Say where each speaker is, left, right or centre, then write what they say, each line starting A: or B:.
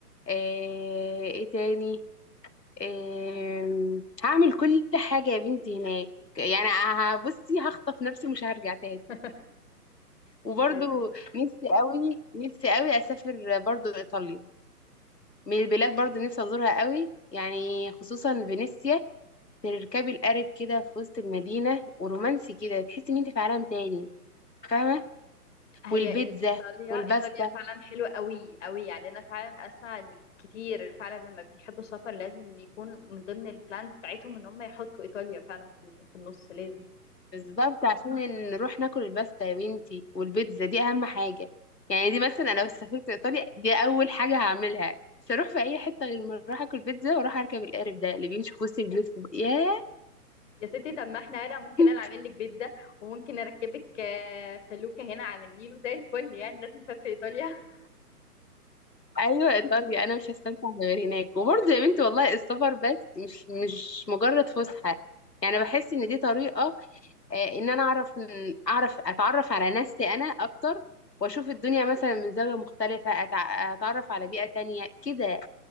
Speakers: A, on the left (about 85°); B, on the left (about 50°).
A: آه ايه تاني آه هعمل كل حاجه يا بنتي هناك يعني هبصي هخطف نفسي مش هرجع تاني
B: <laughs>
A: وبرضو
B: طب
A: نفسي قوي نفسي قوي اسافر برضو ايطاليا من البلاد برضو نفسي ازورها قوي يعني خصوصا فينيسيا تركبي القارب كده في وسط المدينة ورومانسي كده تحسي ان انت في عالم تاني فاهمة
B: هي
A: والبيتزا
B: ايطاليا
A: والباستا
B: ايطاليا فعلا حلوه قوي قوي يعني انا فعلا اسمع ان كتير فعلا لما بيحبوا السفر لازم يكون من ضمن البلانز بتاعتهم ان هم يحطوا ايطاليا فعلا في الم- في النص لازم
A: بالظبط عشان نروح ناكل الباستا يا بنتي والبيتزا دي اهم حاجة يعني دي مثلا انا لو سافرت ايطاليا دي اول حاجة هعملها مش هروح في اي حتة غير ما اروح اكل بيتزا واروح اركب القارب ده اللي بيمشي في وسط البيوت في- ياه
B: يا ستي طب ما احنا هنا ممكن
A: <laughs>
B: انا اعمل لك بيتزا وممكن اركبك آه، فلوكه هنا على النيل وزي الفل يعني لازم نسافر ايطاليا <laughs>
A: ايوه ايطاليا انا مش هستمتع غير هناك وبرضه يا بنتي والله السفر بس مش مش مجرد فسحه يعني بحس ان دي طريقه آه، ان انا اعرف اعرف اتعرف على نفسي انا اكتر واشوف الدنيا مثلا من زاوية مختلفة أتع- اتعرف على بيئة تانية كده